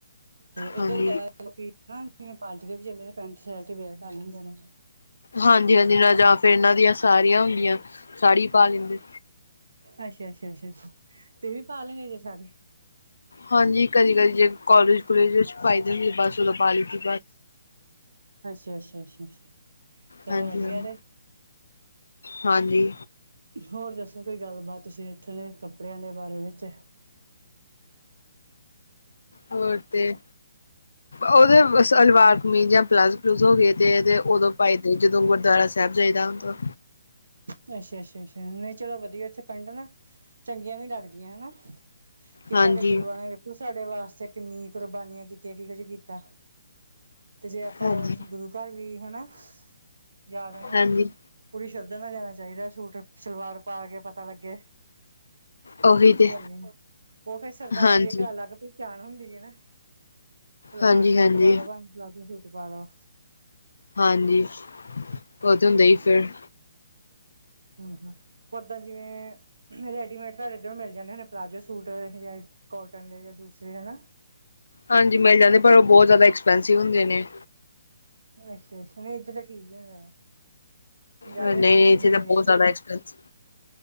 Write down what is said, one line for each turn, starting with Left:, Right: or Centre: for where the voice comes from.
Right: ਤੇ
Left: ਹਾਂਜੀ,
Right: ਇੱਧਰ ਜਾ ਮਤਲਬ ਕੀ, ਜਿਵੇਂ ਪਾਰਟੀ ਦੇ ਵੀ ਚਲੇ ਪੈਂਟ ਸ਼ਰਟ ਹੀ ਵੇਅਰ ਕਰ ਲੈਂਦੇ ਨੇ
Left: ਹਾਂਜੀ -ਹਾਂਜੀ ਜਾਂ ਫਿਰ ਇਹਨਾਂ ਦੀਆਂ ਸਾਰੀਆਂ ਹੁੰਦੀਆਂ, ਸਾੜੀ ਪਾ ਲੈਂਦੇ
Right: ਅੱਛਾ- ਅੱਛਾ- ਅੱਛਾ- ਅੱਛਾ, ਤੁਸੀ ਵੀ ਪਾ ਲੈਂਗੇ ਸਾਰੇ
Left: ਹਾਂਜੀ ਕਦੀ-ਕਦੀ ਜੇ ਕੋਲਜ ਕੁਲੇਜ ਵਿੱਚ ਫਾਈਦੇ ਹੁੰਦੀ, ਬਸ ਓਦੋਂ ਪਾ ਲਈਦੀ
Right: ਅੱਛਾ- ਅੱਛਾ- ਅੱਛਾ- ਅੱਛਾ, ਚਲੋ
Left: ਹਾਂਜੀ-ਹਾਂਜੀ,
Right: ਵਧੀਆ
Left: ਹਾਂਜੀ
Right: ਰੇ
Left: ਹਾਂਜੀ।
Right: ਹੋਰ ਦੱਸੋ ਕੋਈ ਗੱਲਬਾਤ ਤੁਸੀਂ ਇੱਥੋ ਦੇ ਕੱਪੜਿਆਂ ਦੇ ਬਾਰੇ ਵਿੱਚ
Left: ਹੋਰ ਤੇ, ਉਹਦੇ ਸਲਵਾਰ, ਕਮੀਜ਼ਾ, ਪਾਲਾਜੋ ਲੂਜ ਹੋ ਗਏ ਤੇ, ਤੇ ਉਦੋਂ ਪਾਈਦੇ ਜਦੋਂ ਗੁਰਦੁਆਰਾ ਸਾਹਿਬ ਜਾਈਦਾ ਹੁੰਦਾ
Right: ਅੱਛਾ -ਅੱਛਾ- ਅੱਛਾ, ਨਹੀ ਚਲੋ ਵਧੀਆ ਇੱਥੇ ਪਿੰਡ ਹੈ ਨਾ ਚੰਗੀਆਂ ਵੀ ਲੱਗਦੀਆਂ ਹਨਾ, ਕਿ
Left: ਹਾਂਜੀ,
Right: ਸਾਡੇ ਗੁਰੂਆਂ ਨੇ ਹੁਣ ਸਾਡੇ ਵਾਸਤੇ ਕਿੰਨੀ ਕੁਰਬਾਨੀਆਂ ਕੀਤੀਆਂ, ਕੀ ਕੁੱਝ ਕੀਤਾ ਤੇ ਜੇ ਆਪਾਂ
Left: ਹਾਂਜੀ,
Right: ਗੁਰੂ ਘਰ ਵੀ ਹਨਾ, ਜਾ ਰਹੇ।
Left: ਹਾਂਜੀ
Right: ਪੂਰੀ ਸ਼ਰਧਾ ਨਾਲ ਜਾਣਾ ਚਾਹੀਦਾ ਸੂਟ, ਸਲਵਾਰ ਪਾ ਕੇ ਪਤਾ ਲੱਗੇ
Left: ਉਹੀ ਤੇ
Right: ਕੀ ਹੈਨੀ, ਉਹ ਫਿਰ ਸਰਦਾਰਾਂ
Left: ਹਾਂਜੀ।
Right: ਦੀ ਇੱਕ ਅਲੱਗ ਪਹਿਚਾਣ ਹੁੰਦੀ ਹੈ ਨਾ, ਸਲਵਾਰ
Left: ਹਾਂਜੀ-ਹਾਂਜੀ,
Right: ਸੂਟ ਪਾਲੋ ਭਾਵੇਂ ਪਲਾਜ਼ੋ ਸੂਟ ਪਾਲੋ
Left: ਹਾਂਜੀ। ਉਹ ਤੇ ਹੁੰਦਾ
Right: ਹਾਂਜੀ-ਹਾਂਜੀ
Left: ਹੀ ਫਿਰ।
Right: <unintelligible> ਓਦਾ ਜਿਵੇਂ ਰੈਡੀਮੇਡ ਤਾਡੇ ਇੱਧਰੋਂ ਮਿਲ ਜਾਂਦੇ ਹੋਣੇ, ਪਲਾਜੋ ਸੂਟ ਜਾਂ ਕੋਟਨ ਦੇ ਜਾਂ ਦੂਸਰੇ ਹਨਾ
Left: ਹਾਂਜੀ ਮਿਲ ਜਾਂਦੇ, ਪਰ ਉਹ ਬਹੁਤ ਜ਼ਿਆਦਾ ਐਕਸਪੈਂਸਿਵ ਹੁੰਦੇ ਨੇ।
Right: ਅੱਛਾ- ਅੱਛਾ ਨਹੀਂ ਇੱਧਰ ਤਾਂ ਠੀਕ ਹੈਗਾ, ਪੰਜਾਬ
Left: ਨਹੀਂ-ਨਹੀਂ
Right: ਵਿੱਚ ਠੀਕ
Left: ਇੱਥੇ
Right: ਨੇ ਫੇਰ
Left: ਤਾਂ ਬਹੁਤ
Right: ਰੇਟ
Left: ਜ਼ਿਆਦਾ
Right: ਅੱਛਾ-
Left: ਐਕਸਪੈਂਸਿਵ